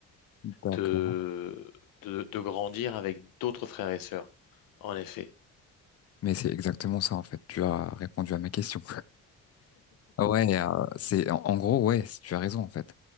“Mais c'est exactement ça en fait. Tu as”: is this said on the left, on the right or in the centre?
Left